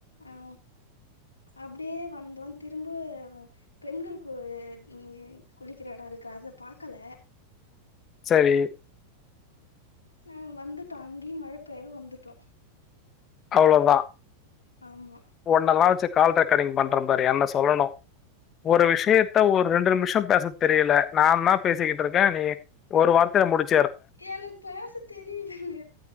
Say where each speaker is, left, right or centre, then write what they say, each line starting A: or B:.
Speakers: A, on the left (about 75°); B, on the left (about 25°).
A: ஆ அப்டியே வந்தோ திரும்ப பெண்கள் கு அ குளிக்கிற எடொ இருக்கு அத பாக்கல
B: சரி
A: உ வந்துட்டோ அங்கயு மழ பெய்யவு வந்துட்டோ
B: அவ்ளோதா
A: ஆமா
B: ஒண்ணல்லா வச்சிட்டு கால் ரெக்காடிங் பண்ற பாரு என்ன சொல்லணு ஒரு விஷயத்த ஒரு ரெண்டு நிமிஷ பேச தெரியல நா தா பேசிக்கிட்டு இருக்கே நீ ஒரு வார்த்தைல முடிச்
A: எனக் பேச தெரியலங்க